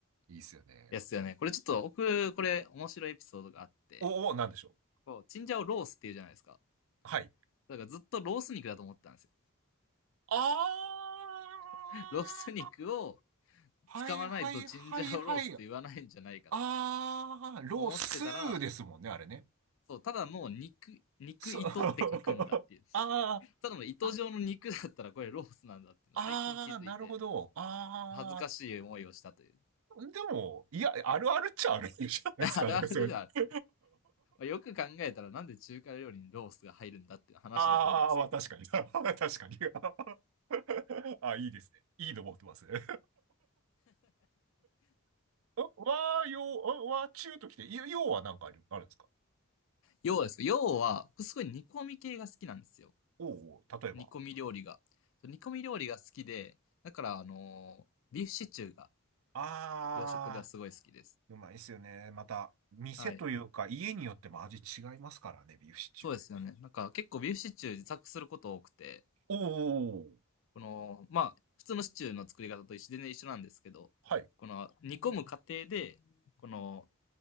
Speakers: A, on the right; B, on the left.
A: う、いいっすよね。
B: ですよね。これちょっと僕、これ面白いエピソードがあって、
A: おお、なんでしょう。
B: こう、チンジャオロースっていうじゃないですか。
A: はい。
B: だからずっとロース肉だと思ってたんですよ。
A: あ
B: <laughs>
A: あ
B: ロース肉を
A: はいはいはいはい。
B: 使わないとチンジャオロースと言わないんじゃないかと
A: あー、ロースーですもんね、
B: 思ってたら、
A: あれね。
B: そう、ただもう肉、肉糸って書くんだっていう。
A: そう。<laughs> あー、
B: ただの糸状の肉だったらこれロースなんだっていうの最近気づいて、
A: あ、あー、なるほど。あ
B: 恥ずかしい思いをしたという。
A: ー、でも、いや、あるあるっちゃあるじゃないですか、
B: <laughs> あれあれでは、
A: なんかそれ。<laughs>
B: よく考えたらなんで中華料理にロースが入るんだっていう話であるんですけど。
A: あー、まあ確かに。<laughs> 確かに。<laughs> あ、いいですね。いいの持ってますね。<laughs> わー、よう、わ中ときて、ようはなんかある、あるんですか
B: 要です。要は、すごい煮込み系が好きなんですよ。
A: おうおう、例えば。
B: 煮込み料理が。煮込み料理が好きで、だからあのービーフシチューが
A: あー。
B: 洋食ではすごい好きです。
A: うまいっすよね。また、店というか、
B: はい。
A: 家によっても味違いますからね、ビーフシチュー。
B: そうですよね。なんか結構ビーフシチュー自作すること多くて、
A: おー、
B: この、まあ、普通のシチューの作り方と一緒全然一緒なんですけど、
A: はい。
B: この煮込む過程で、この